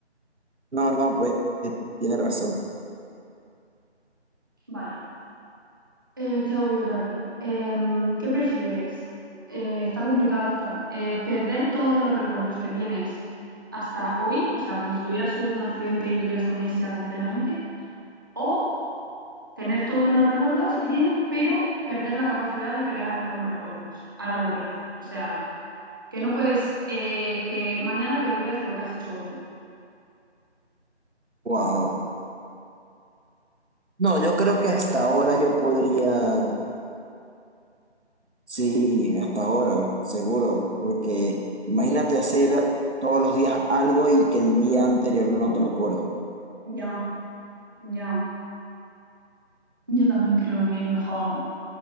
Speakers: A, on the right; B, on the right.
A: No, no, pues eh, tiene razón.
B: Vale, eh, te hago yo otra a ti. Em, ¿qué prefieres? Eh, está complicada esta. Eh, ¿perder todos los recuerdos que tienes hasta hoy? O sea, como si tuvieras un accidente y tuvieras amnesia completamente. ¿O tener todos los recuerdos que tienes, pero perder la capacidad de crear nuevos recuerdos a largo plazo? O sea... que no puedes, eh, que mañana te olvidas de lo que has hecho hoy.
A: Wow. No, yo creo que hasta ahora yo podría, sí, hasta ahora, seguro, porque imagínate hacer todos los días algo y que el día anterior no te recuerdo.
B: Ya, ya. Yo también creo que es mejor